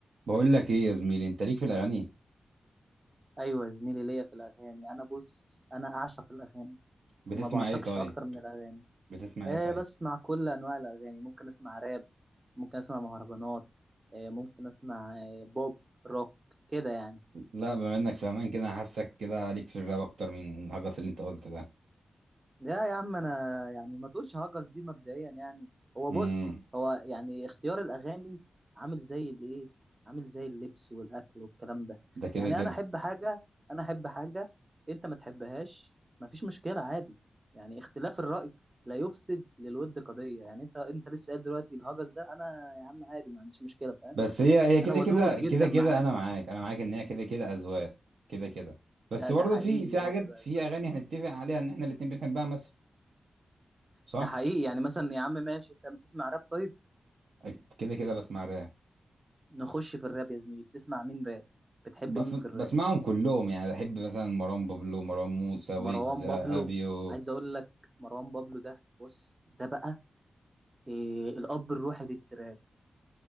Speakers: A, on the right; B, on the right.
A: بقول لك ايه يا زميلي انت ليك في الاغاني
B: ايوه زميلي ليا في الاغاني انا بص انا اعشق الاغاني
A: بتسمع
B: ما بعشقش
A: ايه طيب
B: اكتر من الاغاني
A: بتسمع
B: أه
A: ايه طيب
B: بسمع كل انواع الاغاني ممكن اسمع راب ممكن اسمع مهرجانات أه ممكن اسمع أه بوب روك كده يعني
A: لا بما انك فاهمان كده حاسك كده ليك في الراب اكتر من الهجس اللي انت قلته ده
B: لا يا عم انا يعني ما تقولش هجس دي مبدئيا يعني هو
A: امم
B: بص هو يعني اختيار الاغاني عامل زي الايه عامل زي اللبس والاكل والكلام ده
A: ده كده
B: يعني
A: كده
B: انا احب حاجه انا احب حاجه انت ما تحبهاش ما فيش مشكله عادي يعني اختلاف الراي لا يفسد للود قضيه يعني انت انت لسه قايل دلوقتي الهجس ده انا يا عم عادي ما عنديش مشكله فاهم
A: بس هي هي كده
B: انا ودود
A: كده
B: جدا
A: كده كده
B: معاه
A: انا معاك انا معاك ان هي كده كده اذواق كده كده بس
B: ده
A: برضه
B: ده حقيقي
A: في في حاجات
B: هي تبقى
A: في
B: اذواق
A: اغاني هنتفق عليها ان احنا الاتنين بنحبها مثلا صح
B: ده حقيقي يعني مثلا يا عم ماشي انت بتسمع راب طيب
A: أكيد كده كده بسمع راب
B: نخش في الراب يا زميلي بتسمع مين راب بتحب
A: بس
B: مين
A: بسمعهم
B: في الراب
A: كلهم يعني بحب مثلا مروان بابلو مروان موسى ويجز
B: مروان
A: آه،
B: بابلو
A: ابيو
B: عايز اقول لك مروان بابلو ده بص ده بقى إيه الاب الروحي للتراب